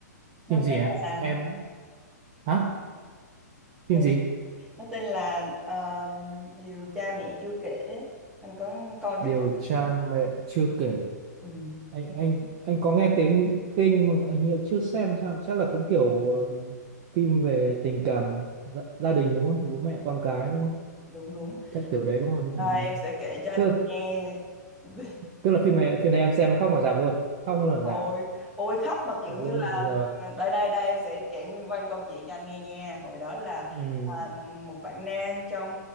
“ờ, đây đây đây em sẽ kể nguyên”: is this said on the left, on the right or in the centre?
Centre